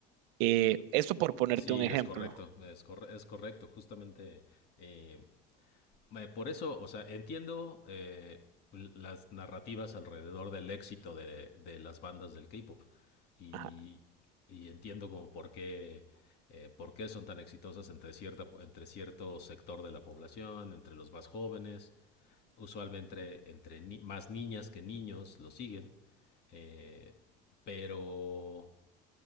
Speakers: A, on the right; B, on the left.
A: Eh, esto por ponerte
B: Sí,
A: un ejemplo.
B: es correcto, es, corre- es correcto. Justamente eh, Eh, Por eso, o sea, entiendo eh, las narrativas alrededor del éxito de, de las bandas del K-pop y,
A: Ajá.
B: y entiendo como por qué, eh, por qué son tan exitosas entre, cierta, entre cierto sector de la población, entre los más jóvenes, usualmente entre, entre ni- más niñas que niños lo siguen, eh, pero